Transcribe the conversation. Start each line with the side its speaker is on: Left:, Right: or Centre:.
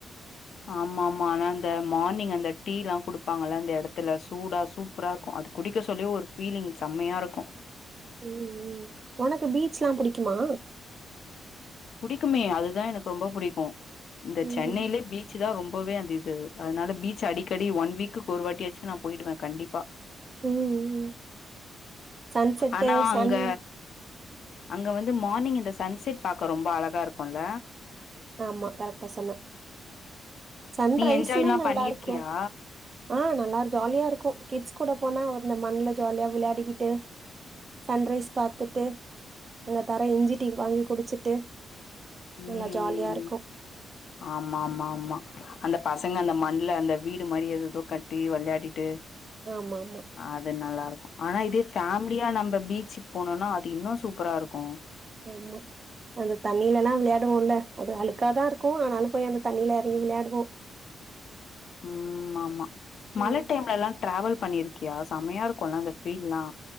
Left: ஆமா ஆமா ஆனா அந்த மார்னிங் அந்த டீலா குடுப்பாங்கல்ல அந்த எடத்துல சூடா சூப்பரா இருக்கு அது குடிக்க சொல்லி ஒரு ஃபீலிங் செம்மையா இருக்கு
Right: ம் ம் ஒனக்கு பீச்லா புடிக்குமா
Left: புடிக்குமே அதுதா எனக்கு ரொம்ப புடிக்கு இந்த
Right: ம்
Left: சென்னைலே பீச்சு தா ரொம்பவே அந்த இது து அதனால பீச் அடிக்கடி ஒன் வீக்குக்கு ஒருவாட்டியாச்சு நா பொயிடுவே கண்டிப்பா
Right: ம் ம் சன்செட்டு்
Left: ஆனா
Right: சன்
Left: அங்க அங்க வந்து மார்னிங் இந்த சன் செட் பாக் றக்கு ரொம்ப அழகா இருக்குல
Right: ஆமா கரெட்டா சொன்ன சன்
Left: நீ
Right: ரைஸுமே
Left: என்ஜாய்லா
Right: நல்லாருக்கு
Left: பண்ணிருக்கியா
Right: ஆஹ் நல்லா ஜாலியா இருக்கு கிட்ஸ் கூட போனா அந்த மண்ல ஜாலியா விளையாடிக்கிட்டு சன்ரைஸ் பாத்துட்டு அங்க தர இஞ்சி டீ வாங்கி குடிச்சிட்டு
Left: ம்
Right: நல்லா ஜாலியா
Left: ம்
Right: இருக்கு
Left: ஆமா ஆமா ஆமா அந்த பசங்க அந்த மண்ல அந்த வீடு மாரி எதெதோ கட்டி வெளயாடிட்டு
Right: ஆமா ஆமா
Left: அது நல்லாரு ஆனா இதே ஃபேமிலியா நம் இப்ப பீச்சுக்கு போனோன்னா அது இன்னோ சூப்பராருக்கு
Right: ஆமா அந்த தண்ணிலலா விளையாடுவோல அது அழுக்காதா இருக்கு ஆனாலு போய் அந்த தண்ணில எறங்கி விளையாடுவோ
Left: ம் ஆமா மழ
Right: ம்
Left: டைம்லலா ட்ராவல் பண்ணிருக்கியா செமையா இருக்குல அந்த ஃபீல்லா